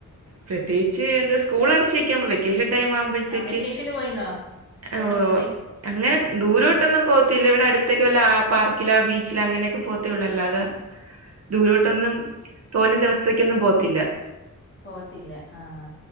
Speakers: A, on the right; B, on the left.
A: പ്രത്യേകിച്ച് എന്താ സ്കൂൾ അടച്ചിക്കാം വെക്കേഷൻ ടൈമാവുമ്പഴത്തേക്ക്
B: ആഹ് വെക്കേഷനില് പോയിന്നോ
A: ഓ
B: എവിടെ പോയി
A: അങ്ങനെ ദൂരോട്ടൊന്നും പോവത്തില്ല ഇവിടെ അടു ത്തക്ക വല്ല ആ പാർക്കിൽ ആ ബീച്ചിലാ അങ്ങനെയൊക്കെ പോവത്തേ ഒള്ളൂ അാല്ലാതെ ദൂരോട്ടൊന്നും തോനേം ദിവസത്തേക്കൊന്നും പോവത്തില്ല
B: പോവത്തില്ല ആഹ